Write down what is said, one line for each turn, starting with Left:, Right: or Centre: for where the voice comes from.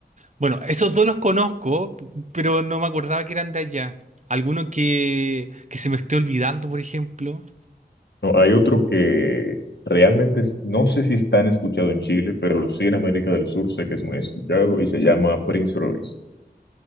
Right: Bueno, esos dos los conozco, pero no me acordaba que eran de allá. Alguno que, que se me esté olvidando, por ejemplo.
Left: No, hay otro que realmente es- no sé si es tan escuchado en Chile, pero sí en América del Sur sé que es muy escuchado y se llama Prince Royce.